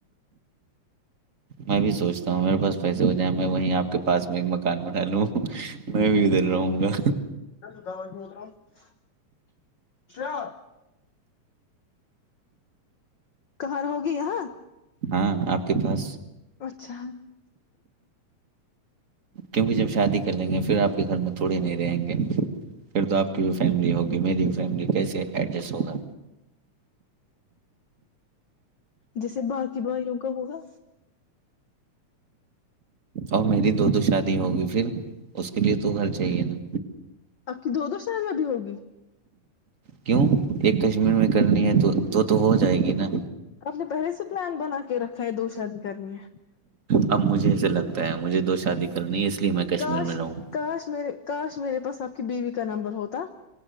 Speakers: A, on the right; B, on the left.
A: میں بھی سوچتا ہوں میرے پاس پیسے ہو جائیں میں وہیں آپ کے پاس میں ایک مکان بنا لوں میں بھی ادھر رہوں گا
B: دوا اور ش کہر ہوگی ہاں
A: ہاں آپ کے پاس
B: اچھا
A: کیکہ جب شادی کر لیں گے پھر آپ کے گھر میں تھوڑے نہیں رہیں گے پھر تو آپ کی بھی فیملی ہوگی میری بھی فیملی کیسے ایڈجسٹ ہوگا
B: جیسے باقی بائیوں کا ہوگا
A: اور میری دو دو شادی ہوگی پھر اس کے لیے تو گھر چاہیے نا
B: آپ کی دو دو شرادیاں بھیھی ہوگی
A: کیوں ایک کشمیر میں کرنی ہے تو وہ تو ہو جائے گی نا
B: آپ نے پہلے سے پلان بنا کے رکھا ہے دو شادی کرنی ہے
A: اب مجھے ایسے لگتا ہے مجھے دو شادی کرنی ہے اس لیے میں کشمیر
B: کاش
A: میں رہوں
B: کاش میرے کاش میرے پسند بیوی کا نمبر ہوتا